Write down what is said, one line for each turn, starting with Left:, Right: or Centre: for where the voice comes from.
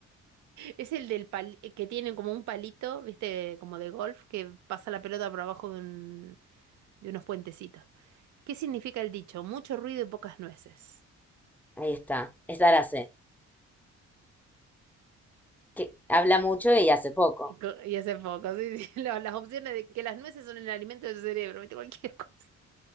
Right: Es el del pal- eh, que tiene como un palito, ¿viste? Como de golf, que pasa la pelota por abajo de, un- de unos puentecitos. ¿Qué significa el dicho? Mucho ruido y pocas nueces.
Centre: Ahí está. Es sé. que habla mucho y hace poco.
Right: Y, co- y hace poco, sí, sí, <laughs> la- las opciones de que las nueces son el alimento del cerebro, ¿viste? Cualquier cosa.